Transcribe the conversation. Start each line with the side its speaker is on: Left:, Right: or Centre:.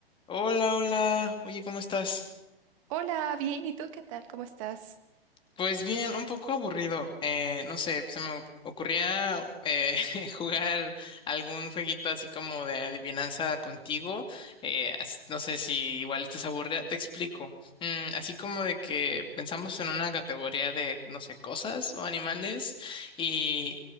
Left: Hola, hola. Oye, ¿cómo estás?
Right: Hola, bien, ¿y tú qué tal? ¿Cómo estás?
Left: Pues bien, un poco aburrido. Eh, no sé, se me ocurría eh, <laughs> jugar algún jueguito así como de adivinanza contigo. Eh, as- no sé si igual estás aburrida. Te explico. Mm, así como de que pensamos en una categoría de, no sé, cosas o animales y,